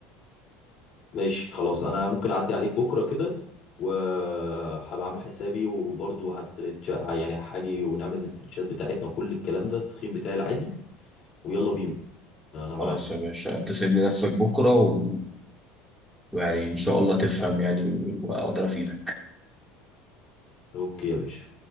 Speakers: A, on the left; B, in the centre.
A: ماشي خلاص انا ممكن اعدي عليك بكره كده وهبقى اعمل حسابي وبرضه هستريتش يعني هاجي ونعمل الاسترتشات بتاعتنا وكل الكلام ده التسخين بتاعي العادي ويلا بينا انا معاك
B: خلاص يا باشا انت سيب لي نفسك بكره و... ويعني ان شاء الله تفهم يعني واقدر افيدك
A: اوكي يا باشا